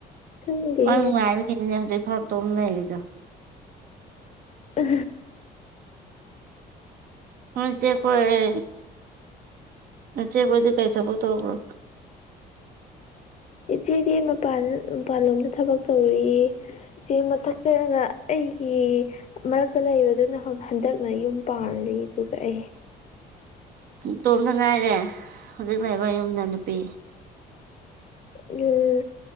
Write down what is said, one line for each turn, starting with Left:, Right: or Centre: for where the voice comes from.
Left: ꯈꯪꯗꯦ
Right: ꯃꯥ ꯅꯨꯡꯉꯥꯏꯕꯒꯤꯅꯦ ꯍꯧꯖꯤꯛ ꯐꯥꯎ ꯇꯨꯝ ꯂꯩꯔꯤꯗꯣ
Left: ꯑ
Right: ꯅꯣꯏ ꯆꯦꯍꯣꯏ ꯅꯆꯦ ꯍꯣꯏꯗꯤ ꯀꯩ ꯊꯕꯛ ꯇꯧꯕ꯭ꯔꯣ
Left: ꯏꯆꯦꯗꯤ ꯃꯄꯥꯟ ꯃꯄꯥꯟꯂꯣꯝꯗ ꯊꯕꯛ ꯇꯧꯔꯤꯌꯦ ꯁꯤ ꯃꯊꯛꯇꯅ ꯑꯩꯒꯤ ꯃꯔꯛꯇ ꯂꯩꯕꯗꯨꯅ ꯍꯟꯗꯛꯅ ꯌꯨꯝ ꯄꯥꯜꯂꯤ ꯑꯗꯨꯒ ꯑꯩ
Right: ꯇꯣꯝꯗ ꯉꯥꯏꯔꯦ ꯍꯧꯖꯤꯛ ꯂꯩꯕ ꯌꯨꯝꯗ ꯅꯨꯄꯤ
Left: ꯎꯝ